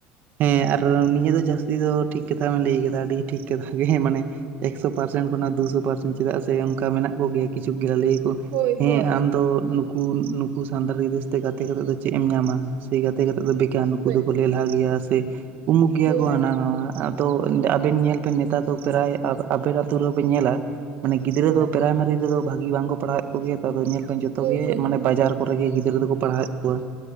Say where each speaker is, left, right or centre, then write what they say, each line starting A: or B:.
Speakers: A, on the right; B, on the right.
A: ᱦᱮᱸ ᱟᱨ ᱱᱤᱭᱟᱹ ᱫᱚ ᱡᱟᱹᱥᱛᱤ ᱫᱚ ᱴᱷᱤᱠ ᱠᱟᱛᱷᱟ ᱵᱤᱱ ᱞᱟᱹᱭ ᱠᱟᱫᱟ᱾ ᱟᱹᱰᱤ ᱴᱷᱤᱠ ᱠᱟᱛᱷᱟ ᱜᱮ ᱢᱟᱱᱮ ᱮᱠᱥᱚ ᱯᱟᱨᱥᱮᱱᱴ ᱠᱷᱚᱱᱟᱜ ᱫᱩᱥᱚ ᱯᱟᱨᱥᱮᱱ ᱪᱮᱫᱟᱜ ᱥᱮ ᱚᱱᱠᱟ ᱢᱮᱱᱟᱜ ᱠᱚᱜᱮᱭᱟ ᱠᱤᱪᱷᱩ ᱜᱮ ᱞᱟᱹᱭ
B: ᱦᱳᱭ
A: ᱦᱮᱸ
B: ᱦᱳᱭ
A: ᱟᱢ ᱫᱚ ᱱᱩᱠᱩ ᱩᱞᱞᱩ ᱱᱩᱠᱩ ᱥᱟᱱᱛᱟᱲᱤ ᱜᱤᱫᱽᱨᱟᱹ ᱥᱟᱛᱷᱮ ᱜᱟᱛᱮ ᱠᱟᱛᱮ ᱫᱚ ᱪᱮᱫ ᱮᱢ ᱧᱟᱢᱟ? ᱥᱮ ᱜᱟᱛᱮ ᱠᱟᱛᱮ ᱫᱚ ᱵᱮᱠ <unintelligible> ᱱᱩᱠᱩ
B: ᱦᱳᱭ
A: ᱫᱚᱠᱚ ᱞᱮᱞᱦᱟ ᱜᱮᱭᱟ ᱥᱮ ᱩᱢᱩᱠ ᱜᱮᱭᱟ
B: ᱦᱳᱭ
A: ᱠᱚ ᱦᱟᱱᱟ ᱱᱟᱣᱟ ᱛᱚ ᱟᱵᱤᱱ ᱧᱮᱞ ᱵᱮᱱ ᱱᱮᱛᱟᱨ ᱫᱚ ᱯᱮᱨᱟᱭ ᱟᱵᱮᱱ ᱟᱛᱳ ᱨᱮᱦᱚ ᱵᱤᱱ ᱧᱮᱞᱟ᱾ ᱢᱟᱱᱮ ᱜᱤᱫᱽᱨᱟᱹ
B: ᱦᱳᱭ
A: ᱫᱚ ᱯᱮᱨᱟᱭ ᱢᱟᱨᱤ ᱨᱮᱫᱚ ᱵᱷᱟᱹᱜᱤ ᱵᱟᱝᱠᱚ ᱯᱟᱲᱦᱟᱣᱮᱜ ᱠᱚᱜᱮᱭᱟ, ᱛᱚ ᱟᱫᱚ ᱧᱮᱞ ᱠᱚᱢ ᱡᱷᱚᱛᱚ
B: ᱦᱳᱭ
A: ᱜᱮ
B: ᱦᱳᱭ ᱦᱳᱭ
A: ᱢᱟᱱᱮ ᱵᱟᱡᱟᱨ ᱠᱚᱨᱜᱮ ᱜᱤᱫᱽᱨᱟᱹ ᱫᱚᱠᱚ ᱯᱟᱲᱦᱟᱣᱮᱫ ᱠᱚᱣᱟ,